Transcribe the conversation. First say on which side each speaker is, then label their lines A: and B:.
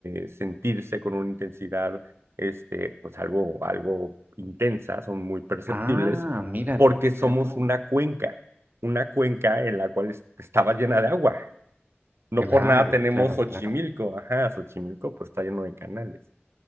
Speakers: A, on the right (about 75°); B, on the right (about 45°).
A: eh, sentirse con una intensidad, este, pues algo, algo intensa, son muy perceptibles,
B: Ah, mira
A: porque
B: tú, mira
A: somos
B: tú.
A: una cuenca, una cuenca en la cual es- estaba llena de agua. No
B: Claro,
A: por nada tenemos
B: claro,
A: Xochimilco.
B: claro.
A: Ajá, Xochimilco pues está lleno de canales.